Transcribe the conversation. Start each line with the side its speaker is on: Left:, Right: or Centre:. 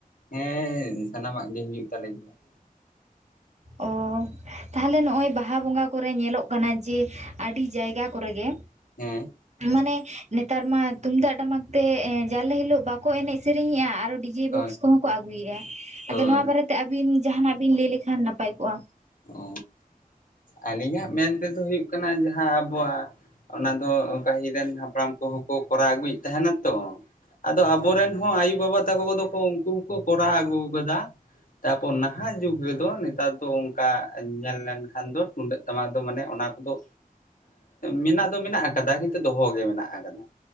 Left: ᱦᱮᱸ ᱥᱟᱱᱟᱢᱟᱜ ᱜᱮ ᱦᱩᱭᱩᱜ ᱛᱟᱞᱮ ᱜᱮᱭᱟ ᱾
Right: ᱚ ᱛᱟᱦᱚᱞᱮ ᱱᱚᱜᱼᱚᱭ ᱵᱟᱦᱟ ᱵᱚᱸᱜᱟ ᱠᱚᱨᱮ ᱧᱮᱞᱚᱜ ᱠᱟᱱᱟ ᱡᱮ ᱟᱹᱰᱤ ᱡᱟᱭᱜᱟ ᱠᱚᱨᱮᱜᱮ
Left: ᱦᱮᱸ
Right: ᱢᱟᱱᱮ ᱱᱮᱛᱟᱨ ᱢᱟ ᱛᱩᱢᱫᱟᱜ ᱴᱟᱢᱟᱠ ᱛᱮ ᱡᱟᱞᱮ ᱦᱤᱞᱚᱜ ᱵᱟᱠᱚ ᱮᱱᱮᱡ ᱥᱮᱨᱮᱧᱮᱜᱼᱟ ᱟᱨᱚ ᱰᱤ ᱡᱮ
Left: ᱦᱳᱭ
Right: ᱵᱚᱠᱥ ᱠᱚᱦᱚᱸ ᱠᱚ ᱟᱹᱜᱩᱭᱮᱜ-ᱟ
Left: ᱦᱳᱭ
Right: ᱟᱫᱚ ᱱᱚᱣᱟ ᱵᱟᱨᱮᱛᱮ ᱟᱹᱵᱤᱱ ᱡᱟᱦᱱᱟᱜ ᱵᱤᱱ ᱞᱟᱹᱭ ᱞᱮᱠᱷᱟᱱ ᱱᱟᱯᱟᱭ ᱠᱚᱜᱼᱟ ᱾
Left: ᱚ ᱟᱹᱞᱤᱧᱟᱜ ᱢᱮᱱ ᱛᱮᱫᱚ ᱦᱩᱭᱩᱜ ᱠᱟᱱᱟ ᱡᱟᱦᱟᱸ ᱟᱵᱚᱣᱟᱜ ᱚᱱᱟ ᱫᱚ ᱯᱟᱹᱦᱤᱞ ᱨᱮᱱ ᱦᱟᱯᱲᱟᱢ ᱠᱚᱦᱚᱸ ᱠᱚ ᱠᱚᱨᱟᱣ ᱟᱹᱜᱩᱭᱮᱫ ᱛᱟᱦᱮᱱᱟ ᱛᱚ ᱟᱫᱚ ᱟᱵᱚᱨᱮᱱ ᱦᱚᱸ ᱟᱭᱩ ᱵᱟᱵᱟ ᱛᱟᱠᱚ ᱠᱚᱫᱚ ᱠᱚ ᱩᱱᱠᱩ ᱦᱚᱸ ᱠᱚ ᱠᱚᱨᱟᱣ ᱟᱹᱜᱩ ᱟᱠᱟᱫᱟ ᱾ ᱛᱟᱯᱚᱨ ᱱᱟᱦᱟᱜ ᱡᱩᱜᱽ ᱨᱮᱫᱚ ᱱᱮᱛᱟᱨ ᱫᱚ ᱠᱟ ᱧᱮᱞ ᱞᱮᱱᱠᱷᱟᱱ ᱫᱚ ᱴᱩᱸᱰᱧᱹᱜ ᱴᱟᱢᱟᱫᱚ ᱢᱟᱱᱮ ᱚᱱᱟ ᱠᱚᱫᱚ ᱢᱮᱱᱟᱜ ᱫᱚ ᱢᱮᱱᱟᱜ ᱟᱠᱟᱫᱟ ᱠᱤᱱᱛᱩ ᱫᱚᱦᱚ ᱜᱮ ᱢᱮᱱᱟᱜ ᱟᱠᱟᱫᱟ